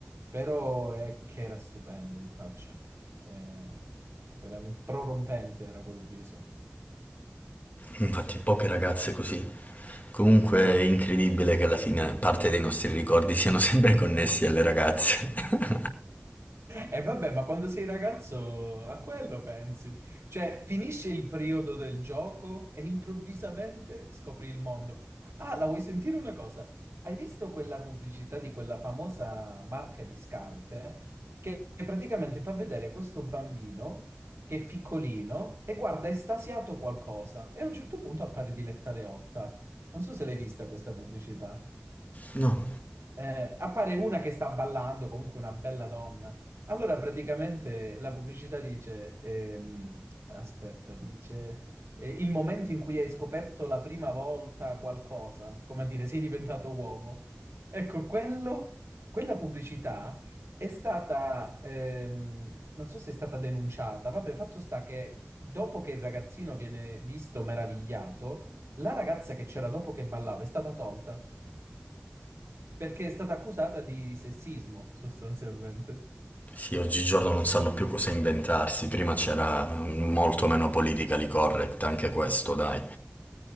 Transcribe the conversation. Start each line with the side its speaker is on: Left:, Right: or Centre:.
Right: però è che era stupendo in faccia, Eh, veramente prorompente era quel viso.
Left: Infatti poche ragazze così. Comunque è incredibile che alla fine parte dei nostri ricordi siano sempre connessi alle ragazze. <laughs>
Right: E vabbè, ma quando sei ragazzo a quello pensi. Cioè, finisce il periodo del gioco e improvvisamente scopri il mondo. Ah, la vuoi sentire una cosa? Hai visto quella pubblicità di quella famosa marca di scarpe che praticamente fa vedere questo bambino che è piccolino e guarda estasiato qualcosa e a un certo punto appare Diletta Leotta. Non so se l'hai vista questa pubblicità.
Left: No.
Right: Eh, appare una che sta ballando, comunque una bella donna. Allora praticamente la pubblicità dice, ehm, aspetta, dice eh, il momento in cui hai scoperto la prima volta qualcosa, come a dire sei diventato uomo. Ecco, quello, quella pubblicità è stata, ehm, non so se è stata denunciata, vabbè, fatto sta che dopo che il ragazzino viene visto meravigliato, la ragazza che c'era dopo che ballava è stata tolta perché è stata accusata di sessismo, sostanzialmente.
Left: Sì, oggigiorno non sanno più cosa inventarsi, prima c'era molto meno politically correct, anche questo, dai.